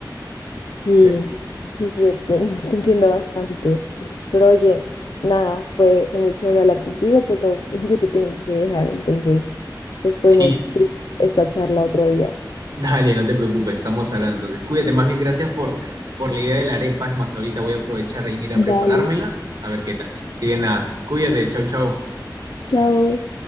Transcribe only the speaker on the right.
Me-
Sí, sí.
Dale, no te preocupes, estamos hablando. Entonces, cuídate, más bien gracias por, por la idea de la arepa. Es más, ahorita voy a aprovechar en ir a preparármela,
a ver qué tal. Así que nada, cuídate, chau, chau.